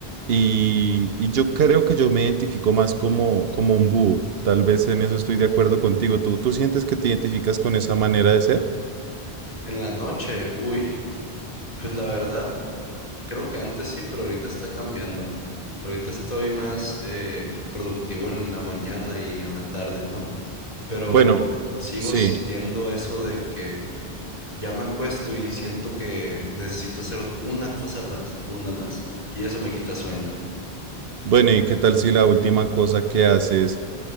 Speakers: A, on the right; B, on the left.
A: Y, y yo creo que yo me identifico más como, como un búho. Tal vez en eso estoy de acuerdo contigo. ¿Tú, tú sientes que te identificas con esa manera de ser?
B: En la noche, uy, pues la verdad, creo que antes sí, pero ahorita está cambiando. Ahorita estoy más eh, productivo en la mañana y en la tarde, ¿no? pero
A: Bueno,
B: sigo
A: sí.
B: sintiendo eso de que ya me acuesto y siento que necesito hacer ot- una cosa más, una más, y eso me quita sueño.
A: Bueno, ¿y qué tal si la última cosa que haces